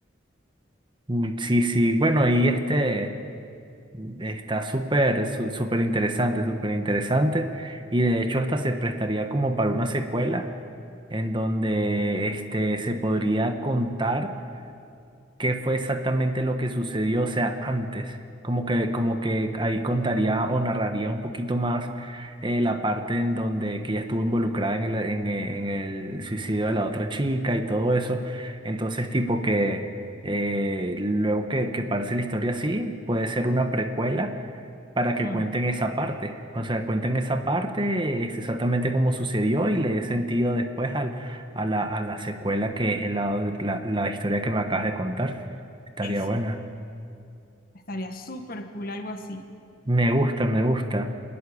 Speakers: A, on the right (about 25°); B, on the left (about 50°).
A: Mm, Sí, sí, bueno, y este está súper, su- súper interesante, súper interesante, y de hecho hasta se prestaría como para una secuela en donde este, se podría contar. qué fue exactamente lo que sucedió, o sea, antes. Como que, como que ahí contaría o narraría un poquito más eh, la parte en donde que ella estuvo involucrada en el, en, e- en el suicidio de la otra chica y todo eso. Entonces, tipo que eh, luego que, que parece la historia así, puede ser una precuela para que
B: No.
A: cuenten esa parte. O sea, cuenten esa parte, es exactamente como sucedió y le dé sentido después a la, a la secuela que es el lado de la, la historia que me acabas de contar. Estaría
B: Esa,
A: buena.
B: estaría súper cool algo así.
A: Me gusta, me gusta.